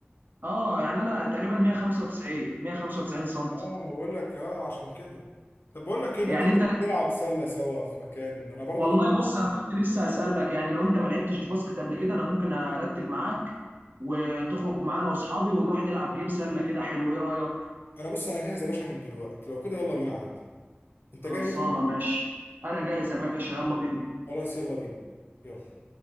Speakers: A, on the right (about 50°); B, on the left (about 60°).
A: اه يعني انا تقريبا 195 195 سم
B: اه انا بقول لك اه عشان كده طب بقول لك ايه ما
A: يعني
B: تيجي
A: انت
B: نروح نلعب سله سوا في مكان انا برضه
A: والله
B: على فكرة-
A: بص انا كنت لسه هسالك يعني لو انت ما لعبتش باسكت قبل كده انا ممكن ارتب معاك وتخرج معانا واصحابي ونروح نلعب جيم سله كده حلو ايه رايك
B: انا بص انا جاهز يا باشا من دلوقتي لو كده يلا بينا عادي انت
A: خلصانه
B: جاهز
A: ماشي انا جاهز يا باشا يلا بينا
B: خلاص يلا بينا يلا